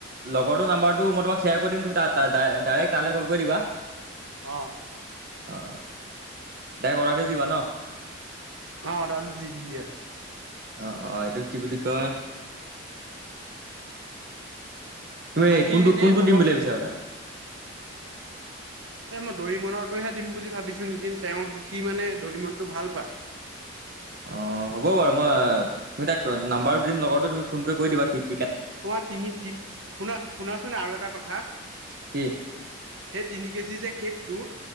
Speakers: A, on the right (about 50°); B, on the right (about 75°).
A: লগৰটো নাম্বাৰটো মই তোমাক শ্বেয়াৰ কৰি দিম তুমি তাত ত ডাইৰেক্ট তালৈ কল কৰি দিবা
B: অঁ
A: আহ ডাইক অৰ্ডাৰ দি দিবা ন
B: অ ৰাজুজি দিয়া
A: অ অ এইটো কি বুলি কয় তুমি
B: বাকী
A: কোনটো
B: এনেই
A: কোনটো
B: খবৰ
A: দিম বুলি ভাবিছাৰা তা
B: এই মই দৰিমনৰটোহে দিম বুলি ভাবিছো নেকি তেওঁ সি মানে দৰি মনটো ভাল পায়
A: অ হ'ব বাৰু মই তুমি তাক নাম্বাৰটো দিম লগৰটো তুমি ফোন কৰি কৰি দিবা ঠিক
B: তোমাৰ তিনি শুনা শুনাচোন আৰু এটা কথা সেই
A: কি
B: তিনি কেজি যে কেকটো